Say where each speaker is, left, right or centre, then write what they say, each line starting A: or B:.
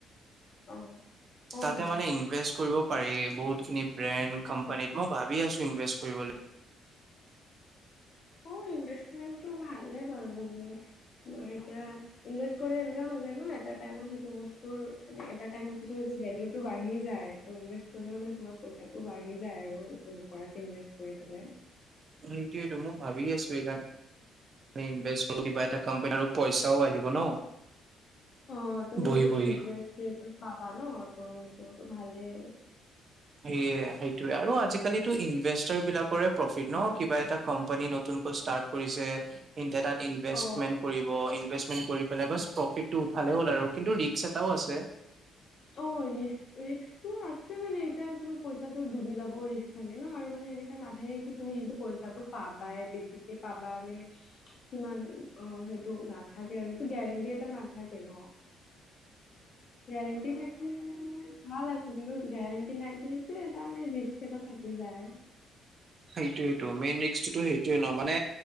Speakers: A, on the left (about 45°); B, on the right (about 40°).
A: অ অ
B: তাতে
A: অ
B: মানে ইনভেষ্ট কৰিব, পাৰি, বহুত খিনি ব্ৰেণ্ড কোম্পানীত মই ভাবি আছো ইনভেষ্ট কৰিবলে
A: অ, ইনভেষ্টমেন্টটো ভালে বাৰু মানে মই এতিয়া ইনভেষ্ট কৰিলে এনেকা হয় যায় ন, এটা টাইমত সেইটো বস্তুৰ মানে এটা টাইমত পিছত এইটো ভেলিউটো বাঢ়ি যায়। ইনভেষ্ট কৰিলে মানে তোমাৰ পইচাটো বাঢ়ি যায় আৰু একো নকৰাকে ইনভেষ্ট, কৰি থলে।
B: সেইটোয়েইটো মই ভাবি আছো এইকাৰণে মানে ইনভেষ্ট কৰো, কিবা এটা কোম্পানী আৰু পইচাও আহিব ন।
A: অ, তুমি
B: বহি
A: সেইটো
B: বহি
A: ইণ্টাৰেষ্টৰিটোত পাবা ন। ত সেইটোতো ভালে।
B: সেইয়ে সেইটোয়ে আৰু। আজিকালিটো ইনভেষ্টাৰ বিলাকৰে প্ৰফিট ন। কিবা এটা কোম্পানী নতুনকৈ ষ্টাৰ্ট কৰিছে ইনতে তাত ইনভেষ্টমেন
A: অ
B: কৰি- ব ইনভেষ্টমেণ্ট কৰি পেলাই বাচ প্ৰফিটটো উঠালে হ'ল আৰু। কিন্তু ৰিক্স এটাও আছে।
A: অ, ৰি্স ৰিক্স তো ৱা আছে মানে, এতিয়া তোমাৰ পইচাটোৰ ডুবি যাব ৰিক্স থাকে ন। আৰু মানে এনেকা লাহেকে তুমি সেইটো পইচাটো পাবাই, বেছিকে পাবানে কিমান? অ, সেইটো নাথাকে আৰু সেইটো গেৰেণ্টি এটা নাথাকে ন। গেৰেণ্টি থাকিলে মানে ভাল আছে। কিন্তু গেৰেণ্টি নাইটো সেইটোৱে এটা মানে ৰিস্ক এটা থাকি যায়।
B: সেইটোয়েইটো, মেইন ৰিস্ক টো সেইটোয়ে ন। মানে